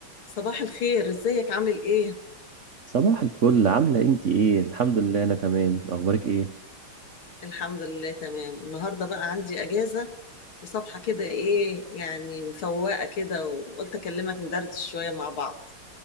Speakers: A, on the left; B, on the right.
A: صباح الخير ازيك عامل ايه
B: صباح الفل عاملة انت ايه الحمد لله انا تمام اخبارك ايه
A: الحمد لله تمام النهارده بقى عندي اجازه وصبحه كده ايه يعني مفوقه كده وقلت اكلمك ندردش شويه مع بعض